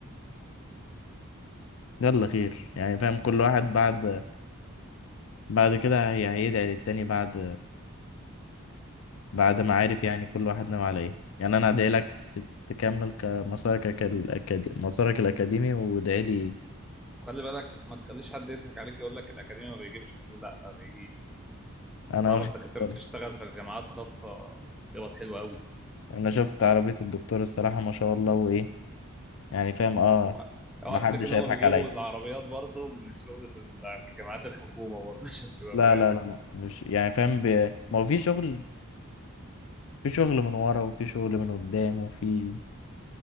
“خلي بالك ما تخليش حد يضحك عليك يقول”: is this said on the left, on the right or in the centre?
Centre